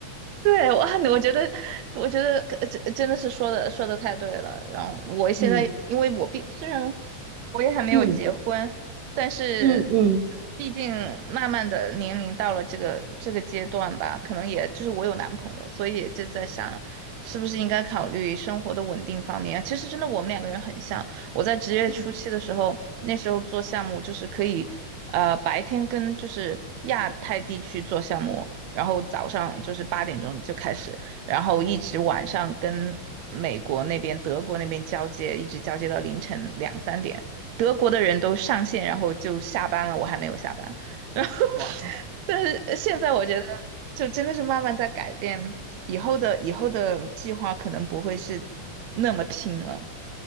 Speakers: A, on the right; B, on the right.
A: 对，我我觉得，我觉得呃真真的是说的说的太对了。然后我现在，
B: <laughs> 嗯
A: 因为我毕虽然我也还没有结婚，
B: 嗯
A: 但是
B: 嗯嗯
A: 毕竟慢慢的年龄到了这个这个阶段吧，可能也就是我有男朋友，所以也就在想，是不是应该考虑生活的稳定方面。其实真的我们两个人很像，我在职业初期的时候，
B: 嗯，
A: 那时候做项目就是可以，呃，白天跟就是亚太地区做项目。然后早上就是八点钟就开始，然后一直晚上跟美国那边、德国那边交接，一直交接到凌晨两三点。德国的人都上线，然后就下班了，我还没有下班。然后，
B: 哇，
A: 但是现在我觉得，就真的是慢慢在改变。以后的以后的计划可能不会是那么拼了。